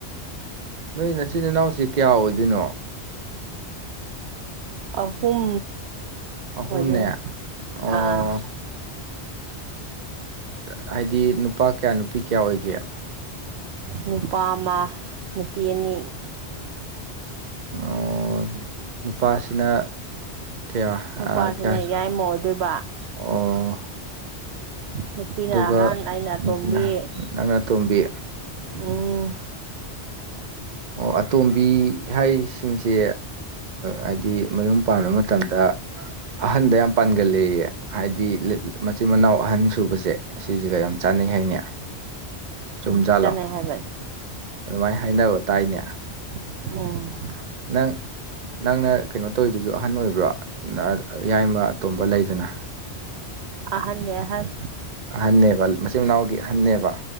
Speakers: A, on the right; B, on the right.
A: ꯅꯣꯏ ꯅꯆꯤꯟ ꯏꯅꯥꯎꯁ ꯀꯌꯥ ꯑꯣꯏꯗꯣꯏꯅꯣ
B: ꯑꯍꯨꯝ
A: ꯑꯍꯨꯝꯅꯦ
B: ꯑꯣꯏꯗꯣꯏꯅꯦ
A: ꯑꯣ
B: ꯑꯥ
A: ꯍꯥꯏꯗꯤ ꯅꯨꯄꯥ ꯀꯌꯥ ꯅꯨꯄꯤ ꯀꯌꯥ ꯑꯣꯏꯒꯦ
B: ꯅꯨꯄꯥ ꯑꯃ ꯅꯨꯄꯤ ꯑꯅꯤ
A: ꯑꯣ ꯅꯨꯄꯥꯁꯤꯅ ꯀꯌꯥ ꯑ,
B: ꯅꯨꯄꯥꯁꯤꯅ
A: ꯀꯌꯥ
B: ꯌꯥꯏꯃꯧꯗꯕ
A: ꯑꯣ
B: ꯅꯨꯄꯤꯅ
A: ꯑꯗꯨꯒ
B: ꯑꯍꯟ ꯑꯩꯅ ꯑꯇꯣꯝꯕꯤ
A: ꯅꯨꯄꯤꯅ ꯅꯪꯅꯇꯣꯝꯕꯤ
B: ꯎꯝ
A: ꯑꯣ ꯑꯇꯣꯝꯕꯤ ꯍꯥꯏꯁꯤꯡꯁꯦ ꯍꯥꯏꯗꯤ ꯃꯌꯨꯝ ꯄꯥꯟꯕ ꯃꯇꯝꯗ ꯑꯍꯟꯗ ꯌꯥꯝ ꯄꯥꯟꯒꯜꯂꯌꯦ ꯍꯥꯏꯗꯤ ꯃꯆꯤꯟ ꯃꯅꯥꯎ ꯑꯍꯟ ꯁꯨꯕꯁꯦ ꯑꯁꯤꯁꯤꯒ ꯌꯥꯝ ꯆꯥꯅꯩ ꯍꯥꯏꯅꯦ ꯆꯨꯝꯖꯥꯜꯂꯣ
B: ꯎꯝ ꯆꯥꯟꯅꯩ ꯍꯥꯏꯕꯅꯤ
A: ꯑꯗꯨꯃꯥꯏꯅ ꯍꯥꯏꯅꯕ ꯇꯥꯏꯅꯦ
B: ꯑꯣꯝ
A: ꯅꯪ ꯅꯪꯅ ꯀꯩꯅꯣ ꯇꯧꯔꯤꯗꯨꯁꯨ ꯑꯍꯟ ꯑꯣꯏꯕ꯭ꯔꯣ ꯏꯏꯕ ꯑꯇꯣꯝꯕ ꯂꯩꯗꯅ
B: ꯑꯍꯟ ꯅꯦ ꯑꯍꯟ
A: ꯑꯍꯟꯅꯦꯕ ꯃꯆꯤꯟ ꯃꯅꯥꯎꯒꯤ ꯑꯍꯟꯅꯦꯕ